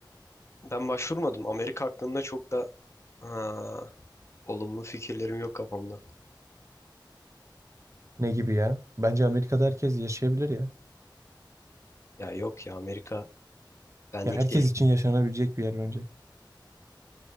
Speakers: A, on the left; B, on the right.
A: Ben başvurmadım. Amerika hakkında çok da ha, olumlu fikirlerim yok kafamda.
B: Ne gibi ya? Bence Amerika'da herkes yaşayabilir ya.
A: Ya yok ya Amerika benlik
B: Ya herkes
A: değil.
B: için yaşanabilecek bir yer bence.